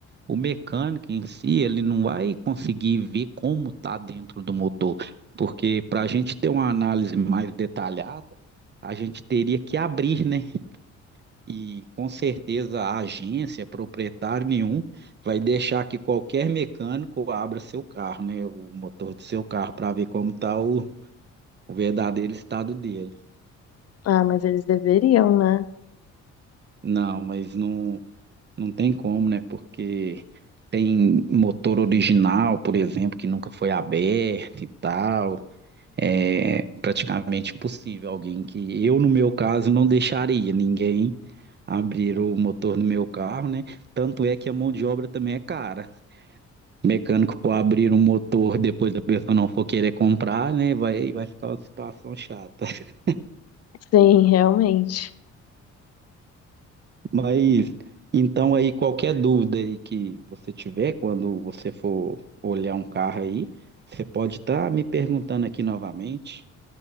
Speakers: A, on the right; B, on the left.
A: o mecânico em si, ele não vai conseguir ver como tá dentro do motor. Porque para a gente ter uma análise mais detalhada, a gente teria que abrir, né? E com certeza a agência, proprietário nenhum, vai deixar que qualquer mecânico abra seu carro, né? O motor do seu carro para ver como está o, o verdadeiro estado dele.
B: Ah, mas eles deveriam, né?
A: Não, mas não, não tem como, né? Porque tem motor original, por exemplo, que nunca foi aberto e tal. É praticamente impossível alguém que eu, no meu caso, não deixaria ninguém abrir o motor do meu carro, né? Tanto é que a mão de obra também é cara. mecânico for abrir um motor depois da pessoa não for querer comprar, né? Vai, vai ficar uma situação chata. <laughs>
B: Sim, realmente.
A: Mas então aí qualquer dúvida aí que você tiver quando você for olhar um carro aí, você pode estar me perguntando aqui novamente.